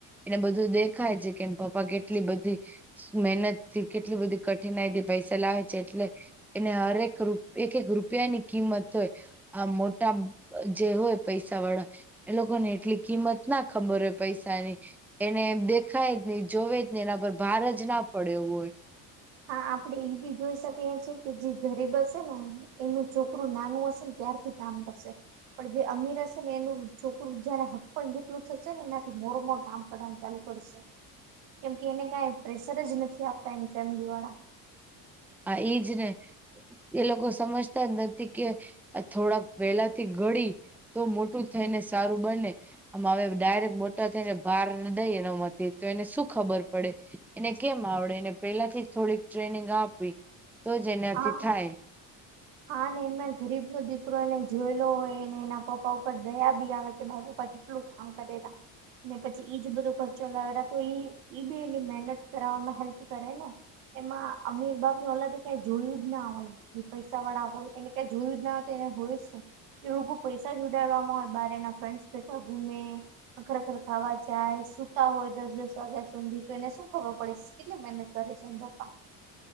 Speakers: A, in the centre; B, on the right.
A: એને બધું દેખાય છે કેમ પપ્પા કેટલી બધી મહેનત થી કે એટલી બધી કઠિનાઈ હતી પૈસા લાવે છે એટલે એને હરેક રૂ એક એક રૂપિયાની કિંમત હોય આ મોટા જે હોય પૈસા વાળા એ લોકોને એટલી કિંમત ના ખબર હોય પૈસાની. એને દેખાય જ નય જોવે જ ને એના પર ભાર જ ના પડ્યો હોય.
B: હા આપડે એ બી જોઈ શકીએ છે કે જે ગરીબ હશે ને એનું છોકરું નાનું હશે ને ત્યારથી કામ કરશે પણ જે અમીર હશે ને એનું છોકરું જેને હક પણ જેટલું થશે ને એનાથી મોર મોર કામ કરવાનું ચાલુ કર કેમકે એને કઈ પ્રેશર જ નથી આપતા એની ફેમિલીવાળા
A: આ એ જ ને એ લોકો સમજતા જ નથી કે આ થોડાક વહેલા ગડી તો મોટું થઈને સારું બને આ હવે ડાયરેક્ટ તો થઈને ભાર દઈ એના માંથી તો એને શું ખબર પડે એને કેમ આવડે એને પેલાથી થોડીક ટ્રેનિંગ આપવી તો એનાથી
B: હા
A: થાય
B: હા ને એમાં ગરીબ નો દીકરો એને જોયેલો હોયને એના પપ્પા ઉપર દયા બી આવે કે બા પપ્પા કેટલું કામ કરે તા ને પછી ઈજ બધો ખર્ચો લાવે તો એ ઈ બી એની મહેનત કરાવવામાં હેલ્પ કરે ને એમાં અમીર બાપની ઓલાદે કય જોયું જ ના હોય જે પૈસા વાળા હોય એને કઈ જોયું જ ના હો તો એને હોયું શું? એ લોકો પૈસા જ ઉડાાડવામાં હોય બારે ના ફ્રેન્ડ કરતા બધા ગુમે ખરેખર ખાવા જાય સુતા હોય દસ દસ વાગ્યા સુધી તો એને શું ખબર પડે કેટલી મહેનત કરે છે એન પપ્પા